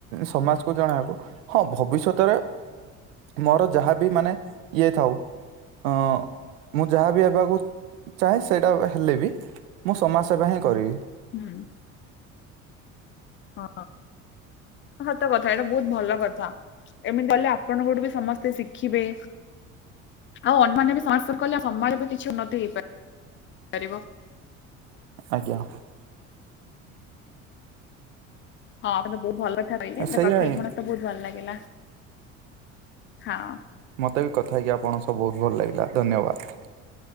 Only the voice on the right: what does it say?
ସମାଜକୁ ଜଣେଇବାକୁ ହଁ ଭବିଷ୍ୟତରେ ମୋର ଯାହାବି ମାନେ ଇଏ ଥାଉ ଅଁ ମୁଁ ଯାହାବି ହେବା ଚାହେଁ ସେଇଟା ହେଲେ ବି ମୁଁ ସମାଜ ସେବା ହିଁ କରିବି।
ଆଜ୍ଞା।
ସେଇଆ ହିଁ
ମୋତେ ବି କଥା ହେଇକି ଆପଣ ସହ ବୋହୁତ ଭଲ ଲାଗିଲା ଧନ୍ୟବାଦ।